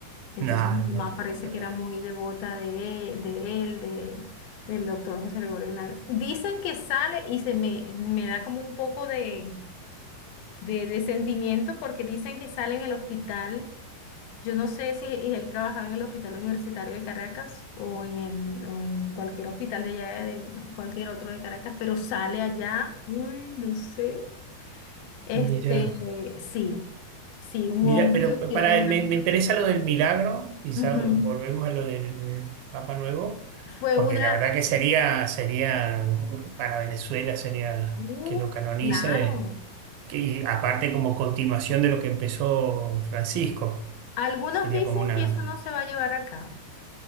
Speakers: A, on the left; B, on the right.
A: Entonces
B: No,
A: mi mamá
B: no te puedo
A: parece
B: creer.
A: que era muy devota de, e- de él, de, del doctor José Gregorio Hernández. Dicen que sale y se me, me da como un poco de, de, de sentimiento porque dicen que sale en el hospital. Yo no sé si él trabajaba en el Hospital Universitario de Caracas o en, el, o en cualquier hospital de allá, de, o cualquier otro de Caracas, pero sale allá. Uy, no sé. Este,
B: Mirá.
A: sí, sí, un
B: Mira,
A: hombre
B: pero
A: vestido
B: para,
A: de blanco.
B: me, me interesa lo del milagro, quizá
A: Ujú.
B: volvemos a lo del Papa Nuevo,
A: Fue
B: porque
A: una,
B: la verdad que sería, sería, para Venezuela sería
A: Uh,
B: que lo canonice,
A: claro.
B: que, y aparte como continuación de lo que empezó Francisco,
A: Algunos
B: sería
A: dicen
B: como una...
A: que eso no se va a llevar a cabo